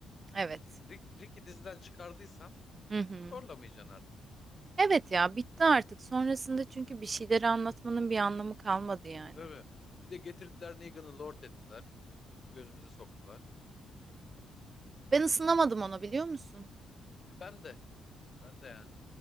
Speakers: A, on the right; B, on the left.
A: Evet.
B: Rick, Rick'i diziden çıkardıysan
A: Hı hı.
B: zorlamayacaksın artık.
A: Evet ya bitti artık. Sonrasında çünkü bir şeyleri anlatmanın bir anlamı kalmadı yani.
B: Tabii. Bir de getirdiler Negan'ı lord ettiler. Gözümüze soktular.
A: Ben ısınamadım ona biliyor musun?
B: E, ben de ben de yani.